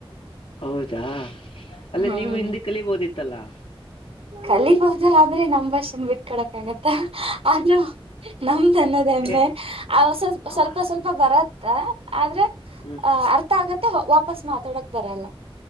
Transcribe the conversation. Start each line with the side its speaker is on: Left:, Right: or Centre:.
Left: ಹೌದಾ ಅಲ್ಲಾ
Right: ಹ್ಮ್
Left: ನೀವು ಹಿಂದಿ ಕಲಿಬೋದಿತ್ತಲ್ಲಾ
Right: ಕಲಿಬಹದು ಆದ್ರೆ ನಮ ಭಾಷೆಯನ್ನು ಬಿಟ ಕೋಡಕ್ ಆಗತ್ತ ಆದ್ರೂ ನಮದು ಅನ್ನೊದೂ ಹೆಮ್ಮೆ
Left: ಏ,
Right: ಆಸ ಸ್ವಲ್ಪ
Left: ಆ,
Right: ಸ್ವಲ್ಪ ಬರತ್ತ ಆದ್ರೆ
Left: ಹ್ಮ್
Right: ಅ ಅರ್ಥ ಆಗತ್ತೆ ವಾಪಸ್ ಮಾತಾಡಕ್ ಬರಲ್ಲಾ